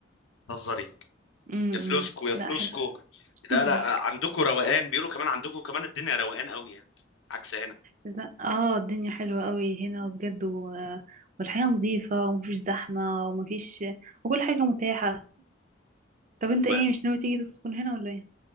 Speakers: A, on the left; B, on the right.
A: هزاري
B: امم
A: يا فلوسكو يا
B: لا
A: فلوسكو
B: حلوة <laughs>
A: لا لا عندكم روقان بيقولوا كمان عندكم كمان الدنيا روقان قوي يعني عكس هنا
B: لا اه الدنيا حلوة قوي هنا بجد و... والحياة نظيفة ومفيش زحمة ومفيش وكل حاجة متاحة طب انت ايه
A: و-
B: مش ناوي تيجي تسكن هنا ولا ايه؟